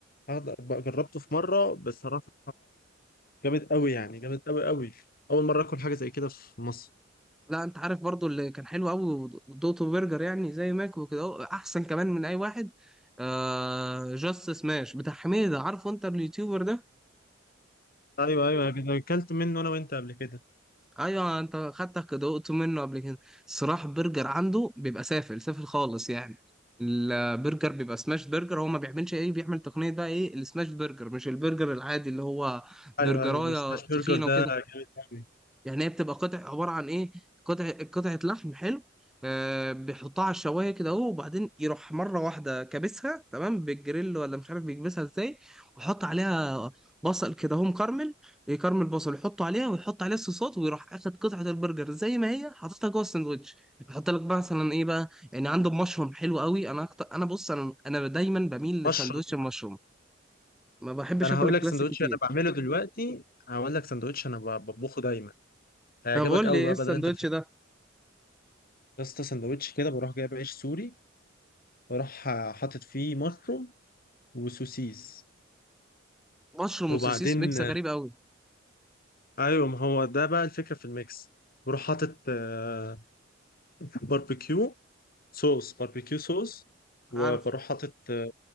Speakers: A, on the left; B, in the centre.
A: هاخد- جربته في مرة بصراحة جامد قوي يعني جامد قوي قوي اول مرة اكل حاجة زي كده في مصر
B: لا انت عارف برضو اللي كان حلو قوي دوتو برجر يعني زي ماك وكده اهو، احسن كمان من اي واحد آه جاست سماش بتاع حميدة عارفه انت اليوتيوبر ده
A: ايوه ايوه انا اكلت منه انا وانت قبل كده
B: ايوه انت خدتك دوقته منه قبل كده صراحة برجر عنده بيبقى سافل سافل خالص يعني البرجر بيبقى سماش برجر هو ما بيعملش ايه بيعمل تقنية بقى ايه السماش برجر مش البرجر العادي اللي هو برجراية
A: ايوه ايوه سماش برجر
B: تخينة وكده
A: ده جامد قوي
B: يعني هي بتبقى قطع عباره عن ايه قطع قطعه لحم حلو آه بيحطها على الشوايه كده اهو وبعدين يروح مره واحده كابسها تمام بالجريل ولا مش عارف بيكبسها ازاي ويحط عليها بصل كده اهو مكرمل يكرمل بصل يحطه عليها ويحط عليها الصوصات ويروح اخد قطعه البرجر زي ما هي حاططها جوه الساندوتش يحط لك بقى مثلا ايه بقى يعني عنده مشروم حلو قوي انا أكتر انا بص انا انا دايما بميل لساندوتش
A: مشروم
B: المشروم ما بحبش
A: انا
B: اكل
A: هقول
B: الكلاسيك
A: لك سندوتش
B: كتير
A: انا بعمله دلوقتي هقول لك سندوتش انا ب- بطبخه دايما هيعجبك
B: طب قول
A: قوي
B: لي ايه
A: بقى
B: الساندوتش
A: بدل انت بتحب
B: ده
A: يا اسطى سندوتش كده بروح جايب عيش سوري بروح حاطط فيه مشروم وسوسيس
B: مشروم
A: وبعدين
B: وسوسيس ميكس غريب قوي
A: ايوه ما هو ده بقى الفكره في الميكس بروح حاطط آه، باربيكيو صوص باربيكيو صوص وبروح
B: عارف
A: حاطط آه،